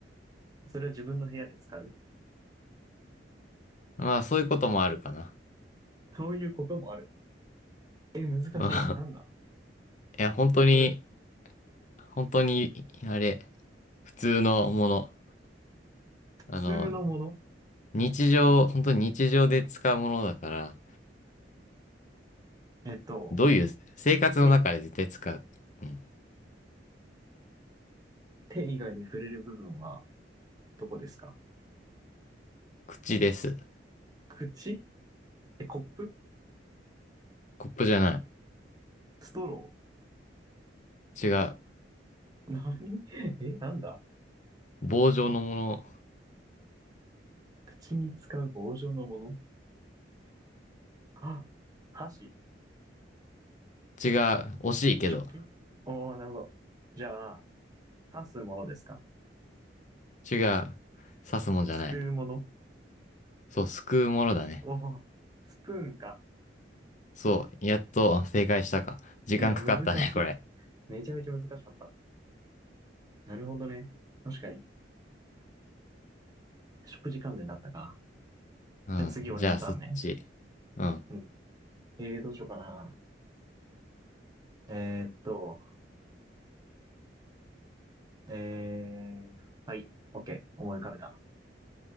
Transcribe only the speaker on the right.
それは自分の部屋で使う。
そういうこともある。え、難しい。
なんだ
それ、
普通のもの
えーっと、
手、
手以外で触れる部分は、どこですか
口え、コップ
ストロ
ー何 <laughs> え、なんだ
口に使う棒状のものあ、<gasps> 箸。
食器おー、なるほど。じゃあ、刺すものですか
すくうもの
おー、スプーンか。
いや、難しい。
めちゃめちゃ難しかった。なるほどね。確かに。食事関連だったか。
じゃあ次、
俺のターンね。
うん。えー、どうしようかな。えーっと、えー、はい。OK。思い浮かべた。